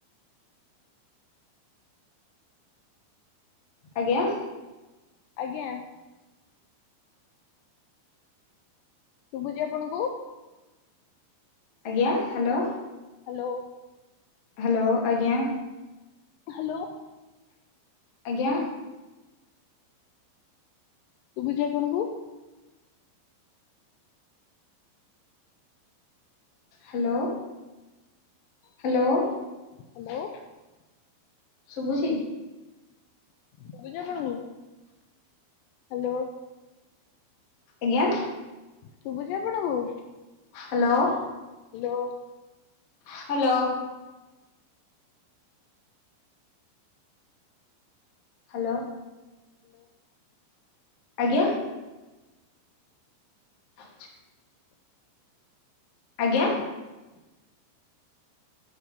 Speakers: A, on the left (about 55°); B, on the left (about 80°).
A: ଆଜ୍ଞା।
B: ଆଜ୍ଞା। ଶୁଭୁଛି ଆପଣଙ୍କୁ?
A: ଆଜ୍ଞା ହ୍ୟାଲୋ।
B: ହ୍ୟାଲୋ।
A: ହ୍ୟାଲୋ ଆଜ୍ଞା
B: ହ୍ୟାଲୋ
A: ଆଜ୍ଞା।
B: ଶୁଭୁଛି ଆପଣଙ୍କୁ?
A: ହାଲୋ ହାଲୋ ହାଲୋ
B: ହ୍ୟାଲୋ
A: ଶୁଭୁଛି?
B: ଶୁଭୁଛି ଆପଣଙ୍କୁ? ହ୍ୟାଲୋ।
A: ଆଜ୍ଞା।
B: ଶୁଭୁଛି ଆପଣଙ୍କୁ?
A: Hello
B: hello
A: hello hello
B: hello
A: ଆଜ୍ଞା <unintelligible> ଆଜ୍ଞା
B: <inaudible>